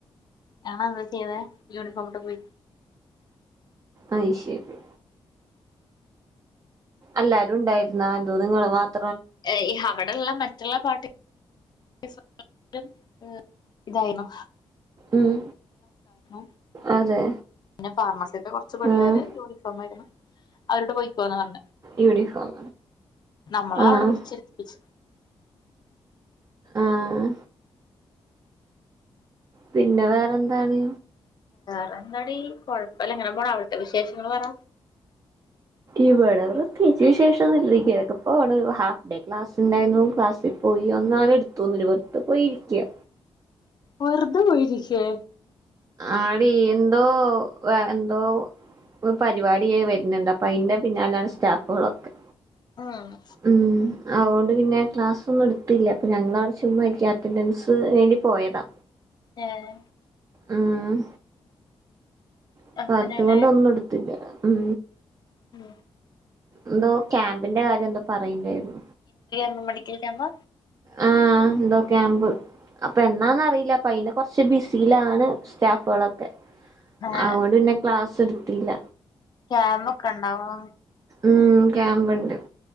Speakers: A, on the left; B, on the right.
A: ഇയാള് എന്താ ചെയ്തേ യൂണിഫോമിട്ട് പോയി
B: അയ് ശെരി എല്ലാരും ഉണ്ടായിരുന്നാ അതോ നിങ്ങള് മാത്
A: ഏഹ് അവിടെള്ള മറ്റ് മറ്റുള്ള പാട്ടി <unintelligible> ഇതായിരുന്നു
B: ഉം
A: <unintelligible>
B: അതെ
A: പിന്നെ ഫാർമസിയത്തെ കൊറച്ച് പിള്ളേര്
B: ആഹ്
A: യൂണിഫോം ആയിരുന്നു അവരോട് പോയിക്കോന്ന് പറഞ്ഞു.
B: യൂണിഫോം
A: നമ്മളാ
B: ആഹ്
A: അവിടെ പിടിച്ചിരുത്തിപ്പിച്ചെ
B: ആഹ് പിന്നെ വേറെന്താണ്
A: വേറെന്താടി കൊഴപ്പയില്ല ഇങ്ങനെ പോണ് അവിടുത്തെ വിശേഷങ്ങള് പറ
B: ഇവിടെ പ്രേത്യേകിച്ച് വിശേഷം ഒന്നുല്ലെടി ഇങ്ങനെ ഒക്കെ പോണ് ഹാഫ് ഡേ ക്ലാസ്ണ്ടായിരുന്നു ക്ലാസ്സിൽ പോയി ഒന്നും അങ്ങനെ എടുത്തൊന്നുമില്ല വെറുതെ പോയിരിക്കാ
A: വെറുതെ പോയിരിക്കേ
B: ആടി എന്തോ എന്തോ പ് പരിപാടിയേ വരുന്നുണ്ട് അപ്പൊ അയിന്റെ പിന്നാലെയാണ് സ്റ്റാഫുകളൊക്കെ
A: ആഹ്
B: ഉം അതുകൊണ്ട് പിന്നെ ക്ലാസ് ഒന്നും എടുത്തില്ല അപ്പൊ ഞങ്ങളവിടെ ചുമ്മാ ഇരിക്കും അറ്റൻഡൻസ് വേണ്ടി പോയതാ
A: ഏഹ്
B: ഉം ഇപ്പ
A: അങ്ങനെല്ലേ
B: അത് കൊണ്ടൊന്നും ഇട്ത്തില്ല ഉം
A: മോ
B: എന്തോ ക്യാമ്പിന്റെ കാര്യം എന്തോ പറയ്ണ്ടാര്ന്നു
A: ഉം മെഡിക്കൽ ക്യാമ്പാ
B: ആഹ് എന്തോ ക്യാമ്പ് അപ്പെന്നാന്നറിയില്ല അപ്പ അയിന്റെ കൊറച്ച് ബിസിയിലാണ് സ്റ്റാഫളൊക്കെ
A: ഏ
B: ആഹ് അവോണ്ട് പിന്നെ ക്ലാസ് ഇട് ത്തില്ല
A: ക്യാമ്പൊക്കെ ണ്ടാവോ
B: ഉം ക്യാമ്പ്ണ്ട്